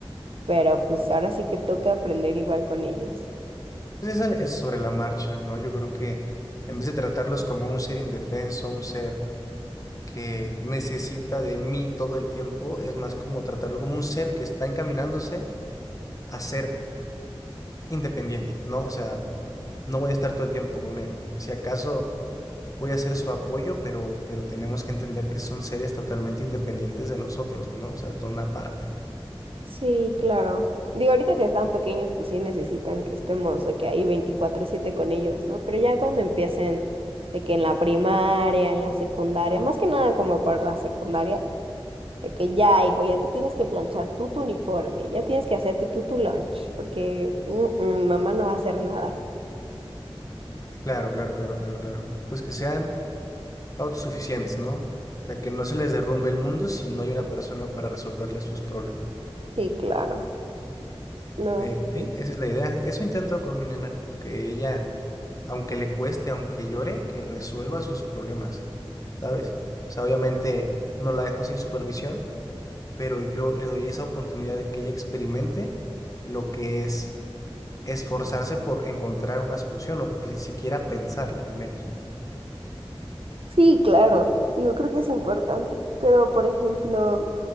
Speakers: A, on the right; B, on the left.
A: Pero pues ahora sí que toca aprender igual con ellos.
B: Pues es, al- es sobre la marcha, ¿no? Yo creo que en vez de tratarlos como un ser indefenso, un ser que necesita de mí todo el tiempo, es más como tratarlo como un ser que está encaminándose a ser independiente, ¿no? O sea, no voy a estar todo el tiempo con él. Si acaso voy a ser su apoyo, pero, pero tenemos que entender que son seres totalmente independientes de nosotros, ¿no? O sea, son aparte.
A: Sí, claro. Digo, ahorita que están pequeños, pues sí necesitan que estemos de que ahí veinticuatro siete con ellos, ¿no? Pero ya cuando empiecen de que en la primaria, en la secundaria, más que nada como para la secundaria, de que ya, hijo, ya te tienes que planchar tú tu uniforme, ya tienes que hacerte tú tu lunch, porque mm, mm, mamá no va a hacer nada.
B: Claro, claro, claro, claro, claro. Pues que sean... autosuficientes, ¿no? De que no se les derrumbe el mundo si no hay una persona para resolverle sus problemas.
A: Sí, claro. No,
B: Eh, sí,
A: pues sí.
B: esa es la idea. Eso intento con mi nena, que ella, aunque le cueste, aunque llore, que resuelva sus problemas, ¿sabes? O sea, obviamente no la dejo sin supervisión, pero yo le doy esa oportunidad de que ella experimente lo que es esforzarse por encontrar una solución o pues, siquiera pensarla, al menos.
A: Sí, claro. Digo, creo que es importante. Pero, por ejemplo,